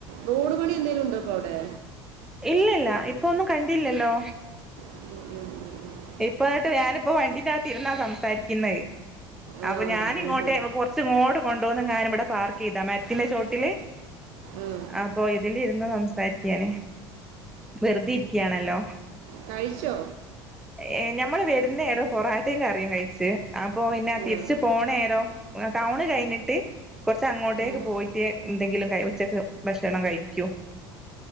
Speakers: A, on the right; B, in the centre.
A: റോഡ് പണി എന്തേലും ഉണ്ടപ്പൊ അവിടെ
B: ഇല്ലല്ല ഇപ്പൊന്നും കണ്ടില്ലല്ലോ
A: ഉ
B: ഇപ്പ എന്നിട്ട് ഞാനിപ്പോ വണ്ടീന്റെകതിരുന്നാ സംസാരിക്കുന്നത്
A: ആ
B: അപ്പൊ ഞാനിങ്ങോട്ടെ
A: ഉം, ഉം.
B: ഇങ്ങോട്ട കൊണ്ടുവന്ന് ഞാൻ ഇവിടെ പാർക്ക് ചെയ്താ മരത്തിന്റെ ചോട്ടില്
A: ആഹ്
B: ആപ്പോ ഇതില് ഇരുന്ന് സംസാരിക്കാണ് വെറുതെ ഇരിക്കയാണല്ലോ
A: കയ്ചൊ
B: ഏഹ് ഞമ്മള് വരുന്നേരോ പൊറാട്ടയും കറിയും കയ്ച്ച് അപ്പൊ പിന്നെ തിരിച്ച്
A: ഉം,
B: പോണേരം ടൗണ് കയ്ഞ്ഞിട്ട് കൊറച്ച് അങ്ങോട്ടേക്ക്
A: ഉം.
B: പോയിട്ട് എന്തെങ്കിലും ഉച്ചക്ക് ഭക്ഷണം കയ്ക്കും